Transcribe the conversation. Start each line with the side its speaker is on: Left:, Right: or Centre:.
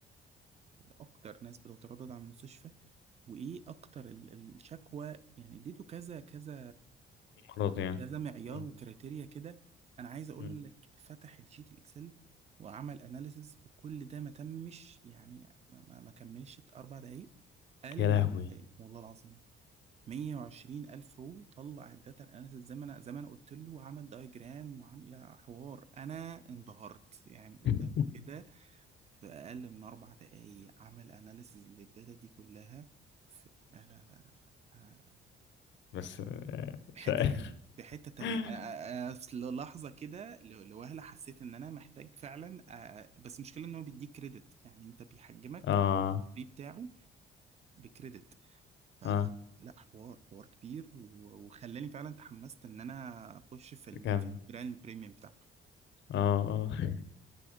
Right: لاكتر ناس بتتردد على المستشفى وايه اكتر ال- ال- الشكوى يعني اديته كذا كذا
Left: مرض يعني
Right: كذا معيار
Left: مم.
Right: وكريتيريا كده انا عايز اقول
Left: مم.
Right: لك فتح الشيت الاكسل وعمل اناليسز وكل ده ما تمش يعني ما, ما, ما كملش اربع دقايق اقل
Left: يا
Right: من
Left: لهوي
Right: اربع دقايق والله العظيم 120 الف رو طلع الداتا اناليسز زي ما انا زي ما انا قلت له وعمل دايجرام وعمل يا حوار انا انبهرت يعني قدامه
Left: <laughs>
Right: كده في أقل من أربع دقايق عمل أناليسز للداتا دي كلها في... لا لا لا لا لا. آه،
Left: بس آه،
Right: في
Left: مش
Right: حتة
Left: عارف
Right: تانية في حتة تانية
Left: <laughs>
Right: أنا في لحظة كده ل- لوهلة حسيت إن أنا محتاج فعلا آه، بس المشكلة إن هو بيديك كريدت يعني أنت بيحجمك
Left: اه
Right: الفري بتاعه بكريدت ف
Left: اه
Right: لا حوار حوار كبير و- وخلاني فعلا تحمست إن أنا أخش في ال-
Left: تكمل
Right: في البراند البريميوم بتاعته
Left: اه اه <laughs>